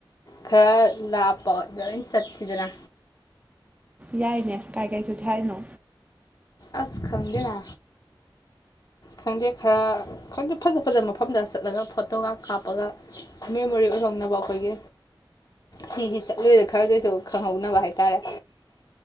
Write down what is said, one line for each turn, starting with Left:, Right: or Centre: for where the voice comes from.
Left: ꯈꯔ ꯂꯥꯞꯄꯗꯥ ꯑꯣꯏꯅ ꯆꯠꯁꯤꯗꯅ
Right: ꯌꯥꯏꯅꯦ ꯀꯥꯏ ꯀꯥꯏ ꯆꯠꯁꯤ ꯍꯥꯏꯅꯣ
Left: ꯑꯁ ꯈꯪꯗꯦꯗ ꯈꯪꯗꯦ ꯈꯔ ꯈꯪꯗꯦ ꯐꯖ ꯐꯖꯕ ꯃꯐꯝꯗ ꯆꯠꯂꯒ ꯐꯣꯇꯣꯒ ꯀꯥꯞꯄꯒ ꯃꯦꯃꯣꯔꯤ ꯑꯣꯏꯍꯧꯅꯕ ꯑꯩꯈꯣꯏꯒꯤ ꯁꯤꯁꯤ ꯆꯠꯂꯣꯏꯗ ꯈꯔꯗ ꯑꯣꯏꯁꯨ ꯈꯪꯍꯧꯅꯕ ꯍꯥꯏꯇꯥꯔꯦ